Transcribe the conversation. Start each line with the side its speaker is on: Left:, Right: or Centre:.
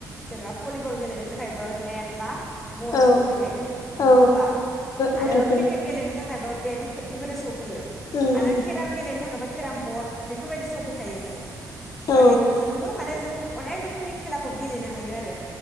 Centre: जेनेबा भलिबल गेलेनो थाखायबो नेट बा बल
Left: औ
Centre: सफैखायो
Left: औ
Centre: नङा होमबा आरो
Left: गथ'फोरनो
Centre: क्रिकेट गेलेनो थाखाय खायबा बेफोरो <unintelligible> फैयो
Left: उम
Centre: आरो
Left: उम
Centre: केराम गेलेनो थाखायबो। केराम बर्ड बेफोर बायदि सफैखायो माने। ओमफ्राय
Left: औ
Centre: बेफोरजोंबो माने जों अनेक रोखोमनि खेलाखौ गेलेनो हायो आरो।